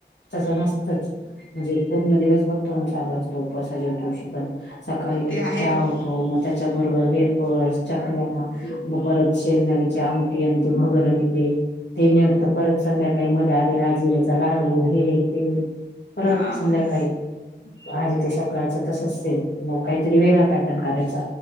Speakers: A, on the left; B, on the left.
A: तसं नसतंच. म्हणजे पूर्ण दिवस भर तोंड चालू असत उपवासाच्या दिवशी पण. सकाळी
B: ते
A: एक
B: आहे
A: चहा
B: हो
A: होतो. मग त्याच्याबरोबर वेफर्स, चकल्या मग परत शेंगण्याचे आमटी आणि ते भगर आणि ते ते मिळतं. परत संध्याकाळी मध्ये आधी राजगिरचा लाडू हे ते परत
B: हा
A: संध्याकाळी आहेत ते सकाळचं तसच सेम. मग काहीतरी वेगळा पॅटर्न करायचा.